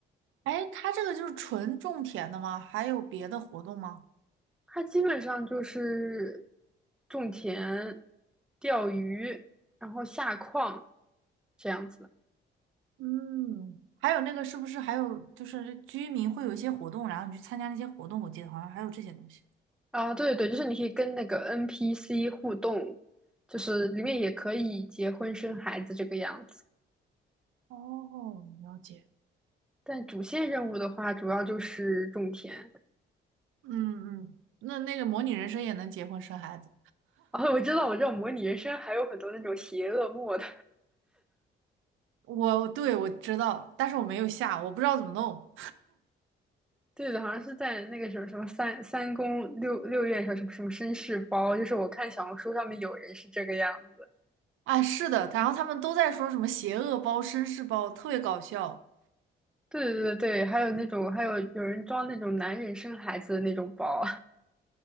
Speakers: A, on the right; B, in the centre.
A: 哎，它这个就是纯种田的吗？还有别的活动吗？
B: 它基本上就是种田、钓鱼，然后下矿这样子的。
A: 嗯，还有那个是不是还有就是居民会有一些活动，然后你去参加那些活动？我记得好像还有这些东西。
B: 啊，对对对就是你可以跟那个 NPC 互动，就是里面也可以结婚生孩子这个样子。
A: 哦，了解。
B: 但主线任务的话，主要就是种田。
A: 嗯嗯，那那个模拟人生也能结婚生孩子？
B: 啊，我知道，我知道，模拟人生还有很多那种邪恶 mod，
A: 我对我知道，但是我没有下，我不知道怎么弄。
B: <laughs> 对的，好像是在那个什么什么三三宫六六院上什么什么绅士包，就是我看小红书上面有人是这个样子。
A: 哎，是的，然后他们都在说什么邪恶包、绅士包，特别搞笑。
B: 对对对对，还有那种，还有有人装那种男人生孩子的那种包，